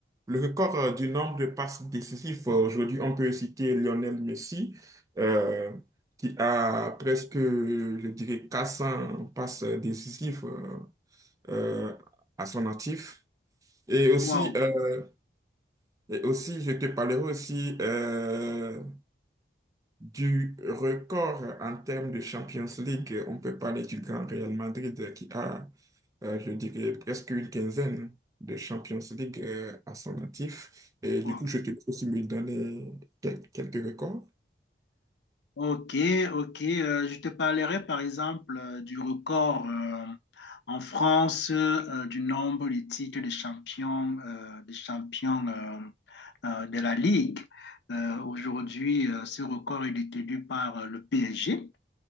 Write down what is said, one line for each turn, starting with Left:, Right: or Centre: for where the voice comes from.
Right: le record euh, du nombre de passes décisives, euh, aujourd'hui, on peut citer Lionel Messi, euh, qui a presque, je dirais, 400 passes décisives euh, euh, à son actif. Et aussi,
Left: Wow,
Right: euh, et aussi, je te parlerai aussi euh, du record en termes de Champions League. On peut parler du grand Real Madrid euh, qui a euh, je dirais presque une quinzaine de Champions League euh, à son actif. Et du
Left: wow.
Right: coup, je te laisse aussi me donner quel- quelques records.
Left: Ok, ok. euh, je te parlerai par exemple euh, du record euh, en France euh, du nombre de titres de champion, euh, de champion euh, euh, de la Ligue. Euh, aujourd'hui, euh, ce record est détenu par euh, le PSG.